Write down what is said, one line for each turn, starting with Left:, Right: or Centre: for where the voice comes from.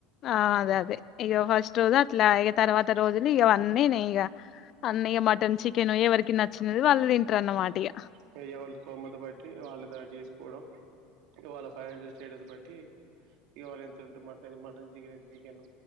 Left: ఆ అదే అదే ఇగ ఫస్ట్ రోజు అట్లా ఇక తర్వాత రోజులు ఇగ అన్నీ నే ఇగ అన్నీ ఇగ మటన్ చికెన్ ఎవరికి నచ్చినది వాళ్ళు తింటారు అన్నమాట ఇగ
Right: వెయ్య వాళ్ళు స్తోమత బట్టి వాళ్ళు తారు చేసుకోవడం ఇవాళ ఫైనాన్షియల్ స్టేటస్ బట్ట్ అంటే ఇకవాళ ఎంత ఉంటే మటన్ అతే మటన్ చికెన్ అయితే చికెన్